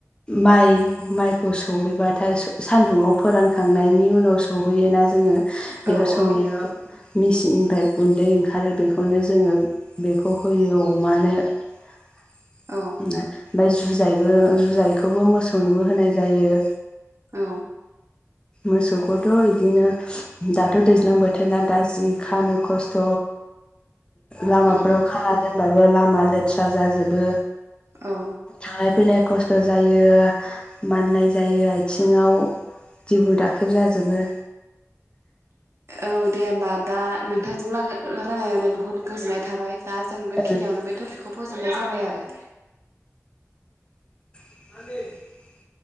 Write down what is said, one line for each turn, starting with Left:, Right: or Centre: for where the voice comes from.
Left: माइ माइखौ सौहैबाथाय सान्दुंआव फोरानखांनायनि उनाव सौहैयोना जोङो बेयाव
Right: औ
Left: सौनायाव
Right: औ
Left: मेसिननिफ्राय गुन्दै ओंखारो बेखौनो जोङो बेखौ होयो अमानो <unintelligible>
Right: औ
Left: ओमफ्राय जुजायबो जुजायखौबो मोसौनोबो होनाय जायो
Right: औ
Left: मोसौखौथ' बिदिनो दाथ' दैज्लां बोथोरा दा जि खानो खस्थ' लामाफोराव
Right: उम उम
Left: खाना दोनबाबो लामा मा लेथ्रा जाजो बो
Right: औ
Left: थांलाय फैलाय खस्थ' जायो माननाय जायो आथिङाव दिगुन राखेब जाजोबो।
Right: औ दे होमबा दा नोंथांजों राय- रायलायनानै बहुद गोजोननाय थाबाय। दा जों
Left: जाजोबो
Right: बेखिनियावनो बे टपिकखौ फोजोबनाय जाबाय आरो।
Left: <inaudible>